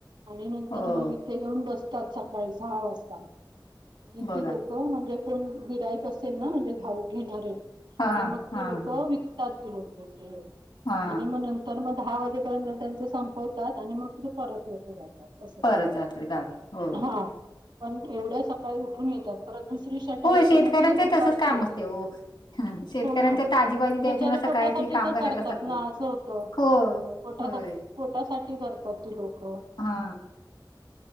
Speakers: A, on the right; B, on the left.
A: आणि नंतर
B: हो
A: मग इथे येऊन बसतात सकाळी सहा वाजता. आणि
B: बघा
A: ती लोकं म्हणजे कोण गिरायक असेल ना म्हणजे घाऊक घेणारे. ते
B: हा
A: मग ते
B: हा
A: लोक
B: हा
A: विकतात ते लोक इथे
B: हा
A: आणि मग तर मग दहा वाजेपर्यंत त्यांचे संपवतात आणि मग तिथे परत लोक जातात. असं
B: परत जातात गावी हो!
A: हां. पण एवढ्या सकाळी उठून येतात, परत दुसरी शरट
B: हो
A: आहे त्या
B: शेतकऱ्यांचे
A: नव्हती दुपारची
B: तसंच काम
A: येत्यात
B: असते हो शेतकऱ्यांच्या
A: हो ना
B: ताजी भाजी द्यायची
A: बिचारे
B: मला सकाळी
A: पोटासाठी
B: ते काम
A: तर
B: करायलाच
A: करतात
B: लागते
A: ना असं होतं
B: हो
A: पोटा
B: होय
A: पोटासाठी करतात ती लोक
B: हा